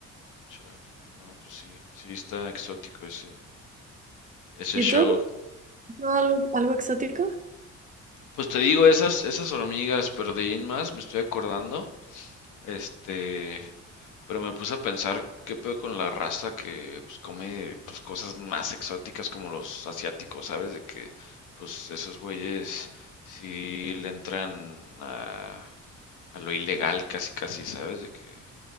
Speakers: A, on the left; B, on the right.
A: Chale. No, pues sí, sí está exótico ese, ese
B: ¿Y
A: show.
B: tú? ¿No, algo, algo exótico?
A: Pues te digo, esas, esas hormigas, pero de ahí en más me estoy acordando. Este, pero me puse a pensar qué pedo con la raza que pues, come pues, cosas más exóticas como los asiáticos, ¿sabes? De que pues esos güeyes sí le entran a, a lo ilegal casi casi, ¿sabes? De que